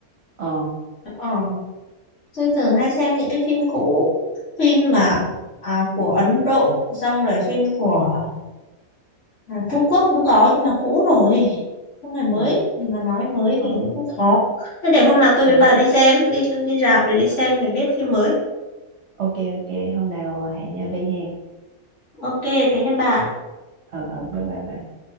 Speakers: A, on the right (about 55°); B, on the left (about 55°).
A: ờ
B: Ờ. tôi thường hay xem những cái phim cũ phim mà à, của Ấn Độ xong rồi phim của à, Trung Quốc cũng có nhưng mà cũ rồi không phải mới
A: ờ
B: nhưng mà nói mới
A: ờ
B: thì cũng khó thế để hôm nào tôi
A: ờ
B: với bà đi xem đi đi rạp rồi đi xem để biết phim mới
A: ok ok hôm nào hẹn nhau đi hen
B: ok thế nha bà
A: ờ ờ bye bye bà